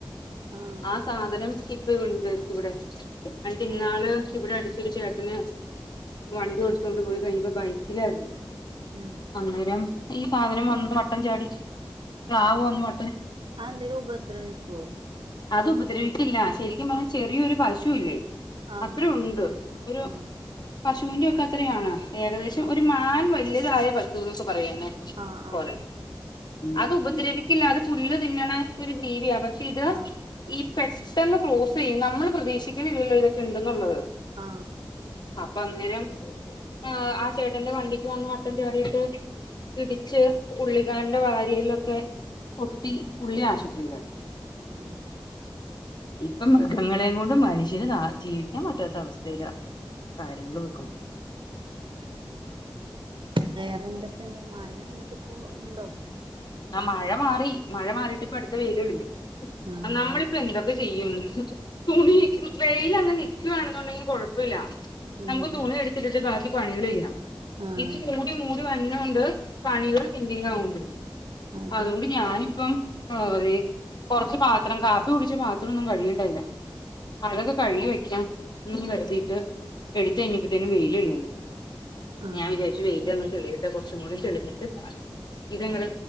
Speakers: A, on the right; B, on the left.
A: ആഹ്
B: ആ സാധനം ഇപ്പ വെടണ്ട് ഇവിടെ പണ്ട് ഇന്നാള്
A: ആഹ്
B: ഇവിടെ അടു ഒരുച്ചേട്ടന് വണ്ടി ഓടിച്ചുകൊണ്ട് പോയി കഴിഞ്ഞപ്പോ ബൈക്കിലായിരുന്നു
A: ഉം
B: അന്നേരം ഈ സാധനം വന്ന് വട്ടം ചാടി മ്ലാവ് വന്ന് വ
A: അ എന്തേലും ഉപദ്രവിക്കോ
B: അതു ഉപദ്രവിക്കില്ല ശരികും പറഞാ ചെറിയൊരു പശു ഇല്ലേ
A: ആഹ്
B: അത്രയുണ്ട് ഒരു
A: ആഹ്
B: പശുന്റക്കെ അത്രയാണ് ഏകദേശം
A: ആഹ്
B: ഒരു മാൻ വല്യ താഴെ പറ്റൂ എന്നൊക്കെ പറയന്നെ
A: ആഹ് ആഹ്
B: പോലെ അതുപദ്രവിക്കില്ല അത് പുല്ല് തിന്നണ ഒരു ജീവിയാ പക്ഷെ ഇത്
A: ആഹ്
B: ഈ പെട്ടെന്ന് ക്ലോസെയും നമ്മള് പ്രതീക്ഷിക്കണ്ല്ലല്ലോ തൊക്കെ ണ്ടെന്നുള്ളത്
A: ആ
B: അപ്പൊ അന്നേരം ആ ആചേട്ടന്റെ വണ്ടിക്ക് വന്ന് വട്ടം ചാടീട്ട് ഇടിച്ച്
A: ഉം
B: പുള്ളിക്കാരന്റെ വാരി ലൊക്കെ പൊട്ടി പുള്ളി ആശുപത്രിലാ
A: ആ...
B: ഇപ്പം മൃഗങ്ങളെകൊണ്ട് മൻഷ്യന് ജീവിക്കാപറ്റാത്ത അവസ്ഥയിലാ കാര്യങ്ങൾ പോയ്ക്കൊണ്ട്...
A: വേറെന്തെക്കെണ്ട് മഴ ന്ന്ട്ട്പ്പൊ ണ്ടോ
B: അ മഴ മാറി മഴ മാറീട്ട് പോ അട്ത്ത വെയില് വര്ണ്
A: ആഹ്
B: നാളിപ്പൊ എന്തൊക്കെ ചെയ്യും തുണീ വെയ്ലങ്ങനെ നിക്കുവാണന്നുണ്ടകിൽ കൊഴപ്പില്ല
A: ആഹ്
B: നമ്മക് തുണി എടുത്തിട്ടിട്ട് ബാക്കി പണികള് ചെയ്യാം
A: ആഹ്
B: ഇത് മൂടി മൂടി വന്നൊണ്ട് പണികള് പെന്റിങ്ങാവുന്നേ
A: അതെ
B: അതോണ്ട് ഞാനും ഇപ്പം അ തേ കുറച്ച പാത്രം കാപ്പി കുടിച്ച പാത്രം ഒന്നും കഴികിട്ടേല്ല അതൊക്കെ കഴുകി
A: ഉം
B: വെക്കാം. ന്ന് കര്തീട്ട് എടുത്ത് കഴിഞ്ഞപ്പ ത്തേനും വെയില് കഴി
A: ആഹ്
B: ഞാൻ വിചാരിച്ചു വെയിലാങ്ങട്ട് തെളിയട്ടെ കൊറച്ചും കൂടി തെ ളിഞ്ഞിട്ട് ഇതങ്ങെട്